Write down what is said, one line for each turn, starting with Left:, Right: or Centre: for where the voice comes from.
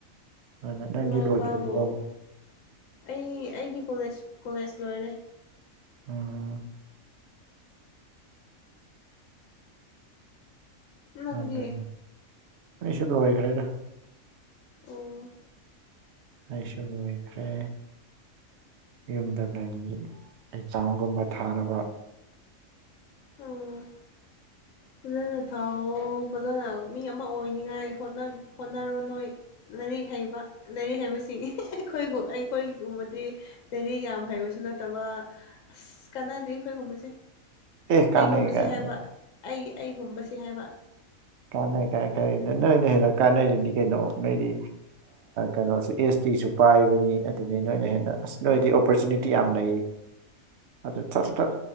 Right: ꯑꯗꯨ ꯅꯪꯗꯤ
Left: ꯏꯃꯥ
Right: ꯂꯣꯏꯗ꯭ꯔꯤꯕꯣ
Left: ꯏꯄꯥꯕꯨ ꯑꯩ ꯑꯩꯒꯤ ꯀꯣꯂꯦꯖ ꯀꯣꯂꯦꯖ ꯂꯣꯏꯔꯦ
Right: ꯎꯝ
Left: ꯅꯪꯗꯤ
Right: ꯑꯗꯨ ꯑꯩꯁꯨ ꯂꯥꯏꯈ꯭ꯔꯦꯗ
Left: ꯑꯣ
Right: ꯑꯩꯁꯨ ꯂꯣꯢꯈ꯭ꯔꯦ ꯌꯨꯝꯗ ꯂꯩ ꯑꯦꯛꯖꯥꯡꯒꯨꯝꯕ ꯊꯥꯅꯕ
Left: ꯑꯣ ꯐꯖꯅ ꯊꯥꯎ ꯐꯖꯅ ꯃꯤ ꯑꯃ ꯑꯣꯏꯅꯤꯡꯉꯥꯏ ꯍꯣꯠꯅꯔꯣ ꯅꯣꯏ ꯂꯥꯏꯔꯤꯛ ꯍꯩꯕ ꯂꯥꯏꯔꯤꯛ ꯍꯩꯕꯁꯤꯡ ꯑꯩꯈꯣꯏꯕꯨ ꯑꯩꯈꯣꯏ ꯒꯨꯝꯕꯗꯤ ꯂꯩꯔꯤꯛ ꯌꯥꯝ ꯍꯩꯕꯁꯨ ꯅꯠꯇꯕ ꯑꯁ ꯀꯥꯟꯅꯗꯦ ꯑꯩꯈꯣꯏꯒꯨꯝꯕꯁꯦ
Right: ꯑꯦ
Left: ꯑꯩꯒꯨꯝꯕꯁꯦ
Right: ꯀꯥꯟꯅꯩ ꯀꯥꯏꯅ
Left: ꯍꯥꯏꯕ ꯑꯩ ꯑꯩꯒꯨꯝꯕꯕꯁꯤ ꯍꯥꯏꯕ
Right: ꯀꯥꯟꯅꯩ ꯀꯥꯏ ꯀꯥꯏ ꯅꯣꯏꯅ ꯍꯦꯟꯅ ꯀꯥꯟꯅꯔꯤꯅꯤ ꯀꯩꯅꯣ ꯅꯣꯏꯗꯤ ꯀꯩꯅꯣꯁꯨ ꯑꯦꯁ ꯇꯤꯁꯨ ꯄꯥꯏꯕꯅꯤ ꯑꯗꯨꯗꯤ ꯅꯣꯏꯅ ꯍꯦꯟꯅ ꯑꯁ ꯅꯣꯏꯗꯤ ꯑꯣꯄꯣꯔꯆꯨꯅꯤꯇꯤ ꯌꯥꯝ ꯂꯩ
Left: <unintelligible>
Right: ꯑꯗꯨ ꯊꯠ